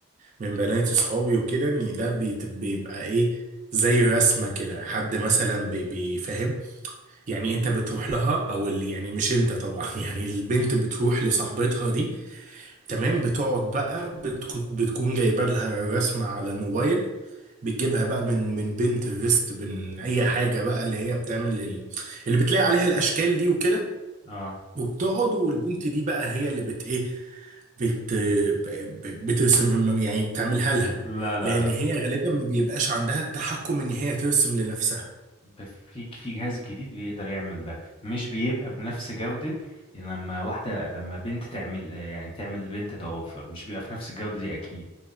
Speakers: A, on the right; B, on the left.
A: من بنات اصحابي وكده ان ده بيت- بيبقى ايه زي رسمه كده حد مثلا بي- بيفهم يعني انت بتروح لها او ال- يعني مش انت طبعا <laughs> يعني البنت بتروح لصاحبتها دي تمام بتقعد بقى بتكون بتكون جايبه لها رسمه على الموبايل بتجيبها بقى من من بنترست من اي حاجه بقى اللي هي بتعمل ال- اللي بتلاقي عليها الاشكال دي وكده
B: اه
A: وبتقعد والبنت دي بقى هي اللي بت ايه بت ب- بترسم يعني بتعملها لها
B: لا لا
A: لان
B: لا
A: هي غالبا ما بيبقاش عندها التحكم ان هي ترسم لنفسها
B: ب- في في جهاز جديد بيقدر يعمل ده مش بيبقى بنفس جودة لما واحدة لما بنت تعمل يعني تعمل لبنت ضوافر مش بيبقى في نفس الجودة دي أكيد